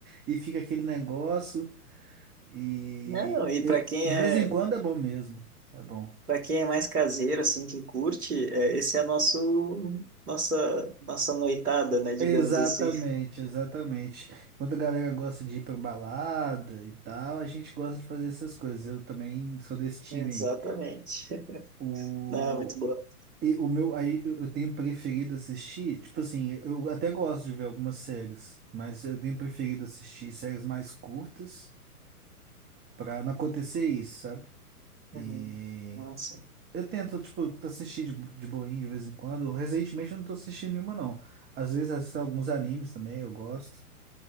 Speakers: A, on the right; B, on the right.
A: e fica aquele negócio e
B: Não, e
A: eu,
B: para quem
A: de
B: é,
A: vez em quando é bom mesmo, é bom.
B: para quem é mais caseiro assim que curte, é, esse é nosso nossa nossa noitada, né, digamos
A: Exatamente,
B: assim.
A: exatamente. Enquanto a galera gosta de ir pra balada e tal, a gente gosta de fazer essas coisas. Eu também sou desse
B: <laughs>
A: time
B: Exatamente.
A: aí. O,
B: Não, é muito boa.
A: e o meu, aí eu eu tenho preferido assistir, tipo assim, eu até gosto de ver algumas séries, mas eu tenho preferido assistir séries mais curtas pra não acontecer isso, sabe? E
B: Uhum. Nossa.
A: eu tento, tipo, assistir de, de boinha de vez em quando. Recentemente eu não tô assistindo nenhuma, não. Às vezes assisto alguns animes também, eu gosto,